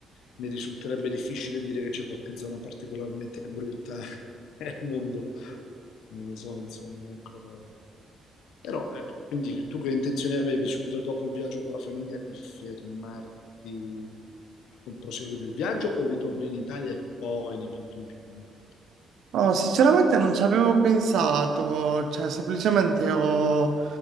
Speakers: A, on the left (about 85°); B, on the right (about 70°).
A: mi risulterebbe difficile dire che c'è qualche zona particolarmente brutta <laughs> nel mondo. Non lo so, insomma, ecco. eh. Però, ecco, quindi tu che intenzione avevi subito dopo il viaggio con la famiglia di fermarti, con- proseguire il viaggio o ritorno in Italia e poi ne pianifichi un altro?
B: Oh, sinceramente non ci avevo pensato, cioè semplicemente ho